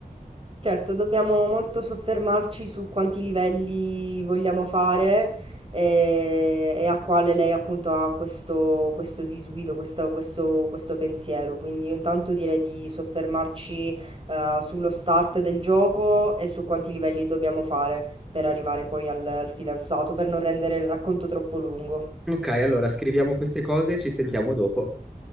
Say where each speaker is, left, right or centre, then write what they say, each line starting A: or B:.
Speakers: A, on the right (about 35°); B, in the centre.
A: Certo, dobbiamo molto soffermarci su quanti livelli vogliamo fare eh, e, a quale lei appunto ha questo, questo disguido, questo, questo- questo pensiero. Quindi io intanto direi di soffermarci eh, sullo start del gioco e su quanti livelli dobbiamo fare per arrivare poi al al fidanzato, per non rendere il racconto troppo lungo.
B: Ok, allora scriviamo queste cose e ci sentiamo dopo.